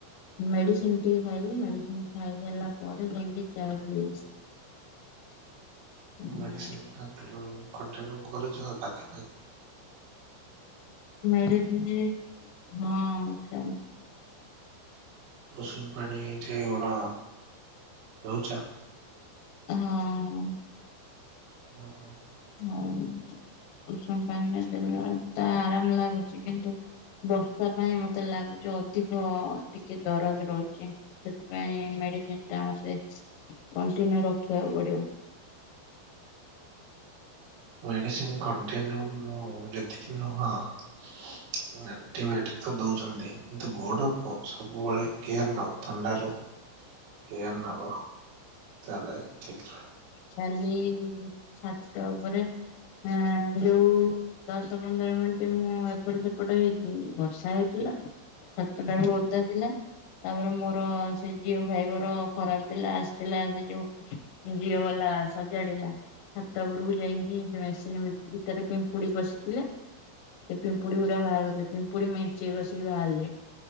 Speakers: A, on the left; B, on the right.
A: ମେଡିସିନ ଟିକେ ଖାଇବି, ମେଡିସିନ ଖାଇସାଇଲା ପରେ ଯାଇଁକି ଚା ପିଏଇ। ଆଉ
B: ମେଡିସିନ <unintelligible> କଣ୍ଟିନ୍ୟୁ କରୁଛ ବାଧା ପାଇଁ।
A: ମେଡ଼ିସିନ ହଁ ଖାଇ
B: ଉସୁମୁ ପାଣିଠି ଗୋଡ ଧୋଉଛ?
A: ହଁ- ହଁ।
B: ଅଁ - ହଁ।
A: ନାଇଁ ଉଷୁମ ପାଣିରେ ଦେଲା ବେଳକୁ ତ ଆରାମ ଲାଗୁଚି, କିନ୍ତୁ ବର୍ଷା ପାଇଁ ମତେ ଲାଗୁଚି ଅଧିକ ଟିକେ ଦରଜ ରହୁଛି। ସେଥିପାଇଁ ମେଡିସିନ ଟା ମତେ କଣ୍ଟିନ୍ୟୁ ରଖିବାକୁ ପଡିବ।
B: ମେଡିସିନ୍ କଣ୍ଟିନ୍ୟୁ <unintelligible> ଠିକ୍ ନୁହଁ ଆଣ୍ଟିବାୟୋଟିକ ତ ଦଉଛନ୍ତି, କିନ୍ତୁ ଗୋଡକୁ ସବୁବେଳେ କେୟାର ନବ, ଥଣ୍ଡାରୁ କେୟାର ନବ ତାହେଲେ ଠିକ ରହିବ।
A: କାଲି ଛାତ ଉପରେ ହଁ ଯୋଉ ଦଶ ପନ୍ଦର ମିନିଟ ମୁଁ ଏପଟ ସେପଟ ହେଇଛି। ବ ବର୍ଷା ହେଇଥିଲା ଛାତଟା ବି ଓଦା ଥିଲା ତାପରେ ମୋର ସେ ଜିଓ ଫାଇବର ଖରାପ ଥିଲା ଆସିଥିଲା ସେ ଯୋଉ ଜିଓ ବାଲା ସଜାଡିଲା। ଛାତ ଉପରକୁ ଯାଇକି ମେସିନ୍ ଭି ଭିତରେ ପିମ୍ପୁଡ଼ି ପଶିଥିଲେ। ସେ ପିମ୍ପୁଡ଼ି ଗୁରା ବାହାର <unintelligible> ସେ ପିମ୍ପୁଡ଼ି ମେଚେ କଷିକି ବାହାରିଲେ